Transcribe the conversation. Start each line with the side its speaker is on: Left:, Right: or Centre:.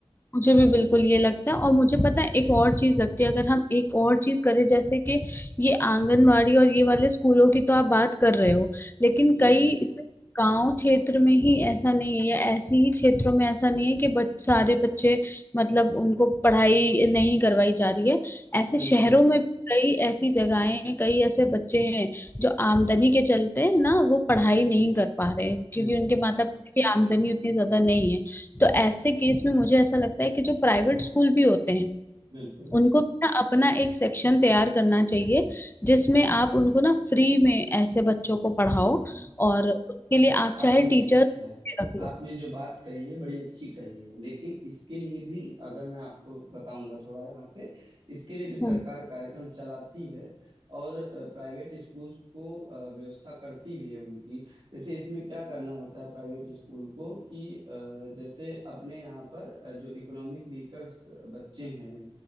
Left: मुझे भी बिल्कुल ये लगता है और मुझे पता है एक और चीज लगती है अगर हम एक और चीज करें जैसे कि ये आंगनवाड़ी और ये वाले स्कूलों की तो आप बात कर रहे हो लेकिन
Right: जी
Left: कई
Right: जी
Left: इस गांव क्षेत्र में ही ऐसा नहीं है या ऐसी ही क्षेत्रों में ऐसा नहीं है कि बच, सारे बच्चे मतलब उनको पढ़ाई नहीं करवाई जा रही है ऐसे
Right: बिल्कुल
Left: शहरों में कई ऐसी जगहें हैं कई ऐसे बच्चे हैं जो आमदनी के चलते ना वो पढ़ाई नहीं कर पा रहे हैं क्योंकि
Right: बिल्कुल
Left: उनके माता पिता की आमदनी उतनी ज्यादा नहीं है तो ऐसे केस में मुझे ऐसा लगता है कि जो प्राइवेट स्कूल भी होते हैं
Right: बिल्कुल
Left: उनको ना अपना एक सेक्शन तैयार करना चाहिए जिसमें आप उनको ना फ्री में ऐसे बच्चों को पढ़ाओ
Right: हाँ
Left: और उनके लिए आप
Right: आपने
Left: चाहे टीचर
Right: हाँ
Left: रख लो
Right: आपने जो बात कही है बड़ी अच्छी कही है लेकिन इसके लिए भी अगर मैं आपको बताऊंगा थोड़ा यहाँ पे इसके लिए भी सरकार
Left: हम्म
Right: कार्यक्रम चलाती है और प्राइवेट स्कूल्स को अ, व्यवस्था करती भी है उनकी जैसे इसमें क्या करना होता है प्राइवेट स्कूल को कि अ, जैसे अपने यहाँ पर अ, जो इकोनॉमिक वीकर्स बच्चे हैं